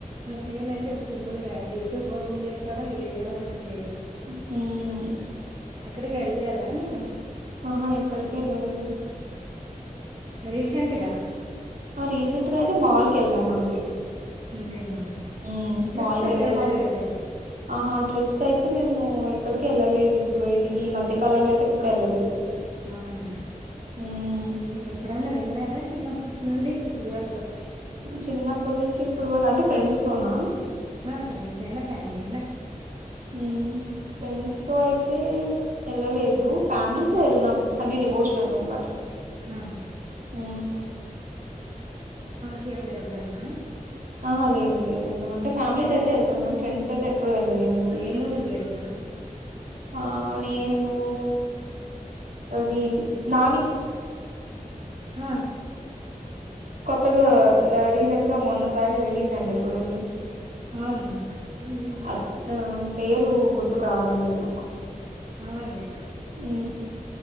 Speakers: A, on the right (about 40°); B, on the right (about 70°).
A: చేయాలంటే ఇప్పుడు సింపుల్గా యూట్యూబ్ ఓపెన్ చేసుకోవడం ఏది కావాలంటే అది చేయటం
B: ఉహుమ్
A: ఎక్కడికి వెళ్లలేదా మీరు
B: ఆహా ఎక్కడికి ఎళ్ళలేదు
A: రీసెంట్ గా
B: ఆ రీసెంట్ గా అయితే మాల్ కెళ్ళాం అంతే
A: అదేనా
B: హ్మ్
A: ట్రిప్స్
B: మాల్ కెళ్ళాం
A: అట్లా వెళ్ళలేదా
B: అల్ ఆహా ట్రిప్స్ అయితే మేము ఎక్కడికి వెళ్ళలేదు ఇప్పుడుఅయితే ఈ మధ్య కాలంలో అయితే ఎప్పుడు వెళ్ళలేదు
A: అవునా
B: హ్మ్
A: ఎప్పుడన్నా వెళ్ళనారా చిన్నప్పుడు నుండి ఇప్పుడు వరకు
B: చిన్నప్పటి నుంచి ఇప్పుడు వరకు అంటే ఫ్రెండ్స్ తోనా
A: ఆ ఫ్రెండ్స్ అయినా ఫ్యామిలీ అయినా
B: ఉమ్ ఫ్రెండ్స్ తో అయితే వెళ్ళలేదు ఫ్యామిలీతో వెళనాం అన్ని డివోషనల్ బనమాట
A: ఆహా.
B: ఉ
A: కేరళా వెల్దంట
B: ఆహా లేదు లేదు వెళ్ళామంటే ఫ్యామిలీతో అయితే వెళ్తాం కానీ ఫ్రెండ్స్ అయితే ఎప్పుడు వెళ్ళలేదు మూవీస్
A: ఏ
B: కి
A: మూవీకి వెళ్ళినా
B: ఆ నేను అది నాని
A: హ
B: కొత్తగా రీసెంట్ గా మొన్నసారి రిలీజ్ అండి చూడండి
A: అవునువును
B: అద్ ఆహ్, పేరు గుర్తుకు రావడం లేదు నాకు
A: అవునులే
B: ఉ